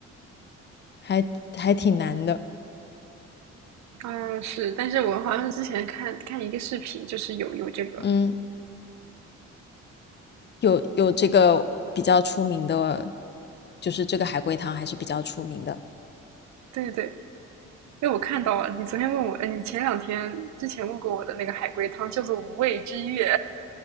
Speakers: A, on the left; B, on the right.
A: 还还挺难的，
B: 嗯是，但是我好像之前看看一个视频，就是有有这个。
A: 嗯，有有这个比较出名的，就是这个海龟汤还是比较出名的。
B: 对对，因为我看到了，你昨天问我，呃，你前两天之前问过我的那个海龟汤叫做《无畏之月》。